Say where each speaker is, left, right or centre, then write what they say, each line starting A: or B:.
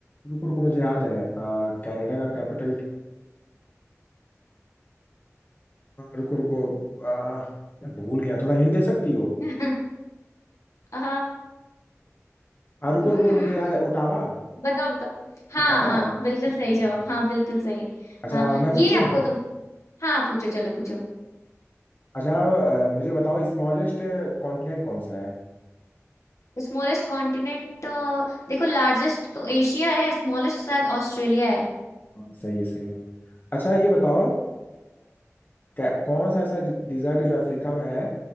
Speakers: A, on the left; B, on the left.
A: रुको रुको मुझे याद है आ, कनाडा का कैपिटल रुको रुको आ, भूल गया थोड़ा हिंट दे सकती हो
B: <laughs> अ,
A: आ, रुको
B: हम्म
A: रुको मुझे याद है ओटावा
B: बताओ बताओ हाँ
A: ओटावा
B: हाँ
A: ओटावा
B: बिल्कुल सही जवाब
A: अच्छा
B: हाँ
A: ठीक।
B: बिल्कुल सही
A: अच्छा
B: हाँ
A: अब मैं
B: ये
A: पूछूं
B: हमको तुम हाँ पूछो चलो पूछो
A: अच्छा आ, मुझे बताओ स्मॉलेस्ट कॉन्टिनेंट कौन सा है
B: Smallest continent देखो लार्जेस्ट तो एशिया है स्मॉलेस्ट शायद ऑस्ट्रेलिया है
A: हाँ सही है सही है अच्छा ये बताओ आ, कै- कौन सा ऐसा डिजर्ट है जो अफ्रीका में है